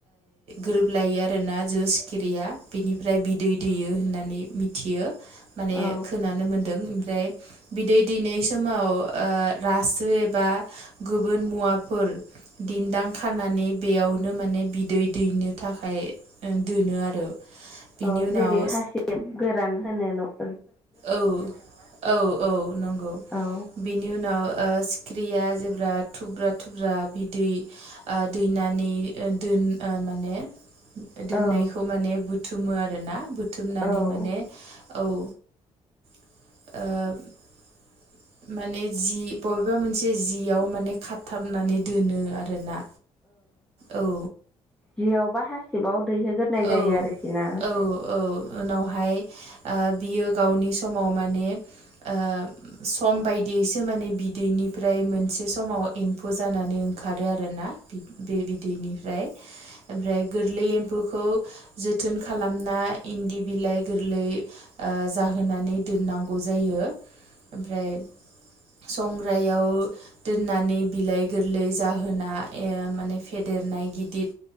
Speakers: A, on the right (about 70°); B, in the centre.
A: गोरोबलायो आरोना जो सिखिरिया बिनिफ्राय बिदै दैयो होननानै मिथियो। माने
B: औ
A: खोनानो मोनदों ओमफ्राय बिदै दैनाय समाव ओ रासो एबा गुबुन मुवाफोर दिन्दां खानानै बेयावनो माने बिदै दै ओइनो थाखाय दोनो आरो। बिनि
B: औ
A: उनाव
B: जेरै हासिब गोरान होनो न'
A: औ, औ औ नंगौ
B: औ
A: बेनि उनाव ओ सिख्रिया जेब्ला थुब्रा थुब्रा बिदै दैनानै ओ माने दोननायखौ
B: औ
A: माने बुथुमो आरोना बुथुमनानै
B: औ
A: माने औ <inaudible> ओ <inaudible> माने जि बबेबा मोनसे जियाव माने खाथाबनानै दोनो आरो ना। औ
B: जियावबा हासिबाव दैहोगोरनाय जायो
A: औ
B: आरोखि ना।
A: औ औ उनावहाय आ बियो गावनि समाव माने ओ सम बाय दिसो माने बिदैनिफ्राय मोनसे समाव एम्फौ जानानै ओंखारो आरोना। बि दै निफ्राय ओमफ्राय गोरलै एम्फो खौ जोथोन खालामना इन्दि बिलाइ गोरलै ओ जाहोनानै दोन नांगौ जायो। ओमफ्राय संग्रायाव दोननानै बिलाइ गोरलै जाहोना ए माने फेदे देरनाय गिदिर